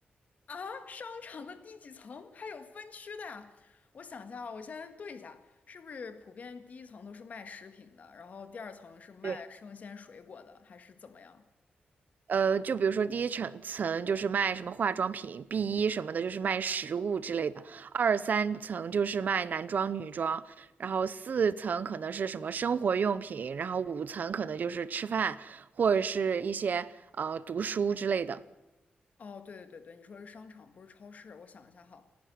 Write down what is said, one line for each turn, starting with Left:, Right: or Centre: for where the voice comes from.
Left: 啊，商场的第几层还有分区的呀？我想一下啊，我先对一下，是不是普遍第一层都是卖食品的，然后第二层是卖生鲜水果的，
Right: 对，
Left: 还是怎么样？
Right: 呃，就比如说第一层层就是卖什么化妆品，B 一什么的，就是卖食物之类的；二三层就是卖男装、女装，然后四层可能是什么生活用品，然后五层可能就是吃饭或者是一些呃读书之类的。
Left: 哦，对对对对，你说的是商场，不是超市。我想一下哈，